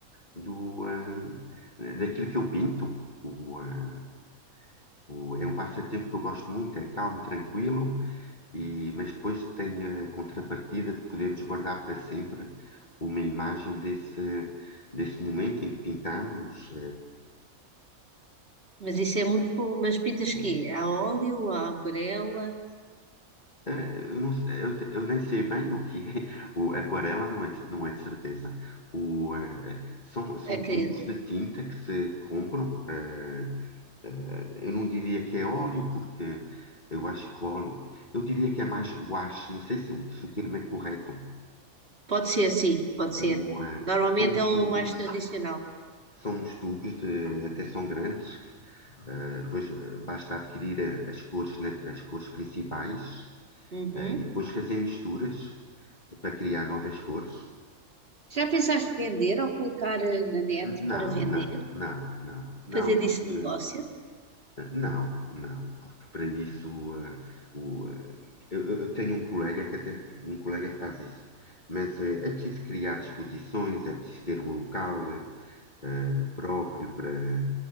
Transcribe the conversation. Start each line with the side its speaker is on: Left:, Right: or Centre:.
Left: do, eh, daquilo que eu pinto. O, eh, o- é um passatempo que eu gosto muito, é calmo, tranquilo, e, mas depois tem a contrapartida de podermos guardar para sempre uma imagem desse, desse momento em que pintamos.
Right: mas isso é muito bom. Mas pintas quê?
Left: eh,
Right: A óleo, a aquarela?
Left: É, eu, não, eu, te- eu nem sei bem o que é. O, aquarela não é, de- não é de certeza. O, eh, eh, são, são
Right: Acredito.
Left: tubos de tinta que se compram. eh, eh, eu não diria que é óleo, porque eu acho que óleo. Eu diria que é mais guache, não sei se, o se o termo é correto.
Right: Pode ser, sim, pode
Left: O,
Right: ser.
Left: eh,
Right: Normalmente
Left: são os
Right: é o
Left: tubos,
Right: mais tradicional.
Left: são os tubos de, até são grandes. eh, depois eh, basta adquirir eh, as cores, na- as cores principais,
Right: Uhum.
Left: eh, e depois fazer misturas. para criar novas cores?
Right: Já pensaste vender ou colocar eh, na net
Left: Não,
Right: para vender?
Left: não, não, não, não,
Right: Fazer disso
Left: porque
Right: negócio?
Left: não, não, porque para isso eh, o, eh, eu, eu- eu tenho um colega que até um colega que faz isso, mas eh, é preciso criar exposições, é preciso ter um local eh, próprio para,